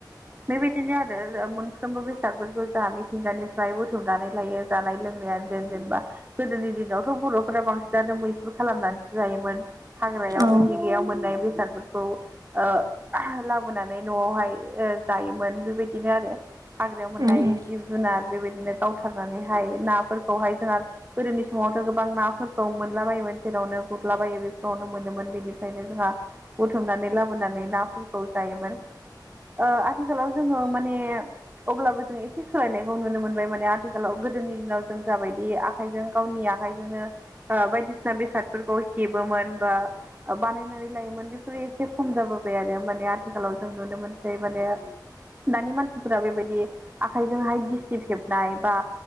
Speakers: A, on the right; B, on the right.
A: बेबादिनो आरो मोनफ्रोमबो बेसादफोरखौ जाहा मिथिंगानिफ्राय बुथुमनानै लायो जानाय लोंनायानो जेन जेनेबाओ गोदोनि दिन दिनावथ' बर'फोरा बांसिनानो मैहुर खालामनानैसो जायोमोन हाग्रायाव
B: औ
A: मिथिंगायाव मोननाय बेयो बेसादफोरखौ ओ लाबोनानै न'आवहायो जायोमोन बेबायदिनो आरो ना। हाग्रायाव मोननाय
B: उम उम
A: जिब जुनार बेबायदिनो गावथारनानैहाय नाफोरो खौहाय जोंहा गोदोनि समावथ' गोबां नाफोरखौ मोनलाबायोमोन जेरावनो। गुरलाबायो बेफोरावनो मोनोमोन बेनिफ्रायनो जोंहा बुथुमनानै लाबोनानै नाफोरखौ खौ जायोमोन ओ आथिखालाव जोङो माने अब्लाबो जों एसे सोलायनायखौ नुनो मोनबाय माने आथिखालाव गोदोनि दिनावो जों जाबायदि आखाइजों गावनि आखाइजोंनो। ओ बायदिसिना बेसादफोरखौ हेबोमोन बा ओ ओ बानायनानै लायोमोन बेफोरो एसे खम जाबोबाय आरो माने आथिखालाव जों नुनो मोनसै माने ओ दानि मानसिफोरा बेबादि आखाइजोंहाय गिसिब हेबनाय बा